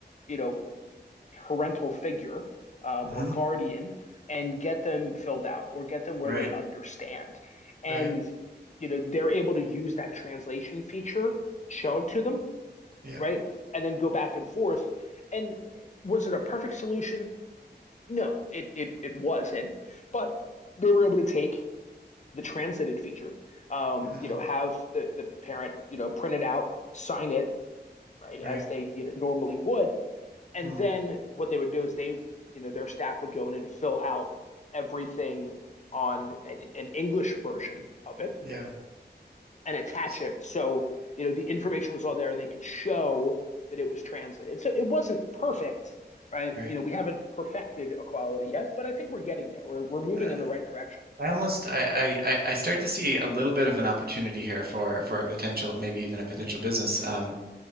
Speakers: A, on the left (about 45°); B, on the right (about 60°).
A: you know, parental figure um,
B: hmm
A: or guardian and get them filled out or get them where
B: Right.
A: they understand? And,
B: Right.
A: you know, they're able to use that translation feature, show it to them,
B: Yep.
A: right? And then go back and forth. And was it a perfect solution? No, it it it wasn't. But they were able to take the translated feature, um,
B: hmm
A: you know, have the the parent, you know, print it out, sign it, right, as
B: Right.
A: they you know, normally would, and
B: Mm,
A: then what they would do is they, you know, their staff would go in and fill out everything on an, an English version of it
B: yeah.
A: and attach
B: S-
A: it. So, you know, the information was all there and they could show that it was translated. So it wasn't perfect, right?
B: right.
A: You know, we haven't perfected equality yet, but I think we're getting there. We're, we're moving
B: Uh,
A: in the right direction.
B: I almost I, I I I start to see a little bit of an opportunity here for for a potential maybe even a potential business. Um,